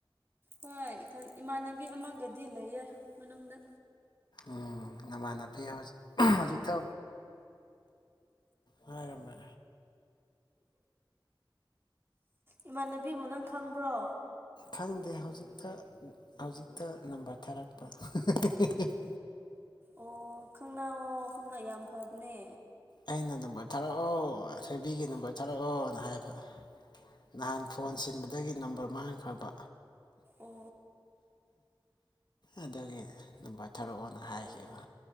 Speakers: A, on the right (about 25°); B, on the left (about 55°).
A: ꯍꯣꯏ ꯏꯊꯟ ꯏꯃꯥꯟꯅꯕꯤ ꯑꯃꯒꯗꯤ ꯂꯩꯌꯦ ꯃꯅꯨꯡꯗ
B: ꯎꯝ ꯅꯃꯥꯟꯅꯕꯤ ꯍꯧꯖꯤꯛꯇ ꯍꯥꯏꯔꯃꯦ
A: ꯏꯃꯥꯟꯅꯕꯤꯕꯨ ꯅꯪ ꯈꯪꯕ꯭ꯔꯣ
B: ꯈꯪꯗꯦ ꯍꯧꯖꯤꯛꯇ ꯍꯧꯖꯤꯛꯇ ꯅꯝꯕꯔ ꯊꯥꯔꯛꯄ <inaudible>
A: ꯑꯣ ꯈꯅꯥ ꯑꯣ ꯀꯅꯥ ꯌꯥꯝ ꯐꯕꯅꯦ
B: ꯑꯩꯅ ꯅꯝꯕꯔ ꯊꯥꯔꯛꯑꯣ ꯁꯣꯏꯕꯤꯒꯤ ꯅꯝꯕꯔ ꯊꯥꯔꯛꯑꯣꯅ ꯍꯥꯏꯌꯦꯕ ꯅꯍꯥꯟ ꯐꯣꯟ ꯁꯤꯟꯕꯗꯒꯤ ꯅꯝꯕꯔ ꯃꯥꯡꯈ꯭ꯔꯕ
A: ꯑꯣ
B: ꯑꯗꯨꯗꯒꯤ ꯊꯔꯛꯑꯣꯅ ꯍꯥꯏꯈꯤꯕ
A: ꯑꯣ ꯑꯣ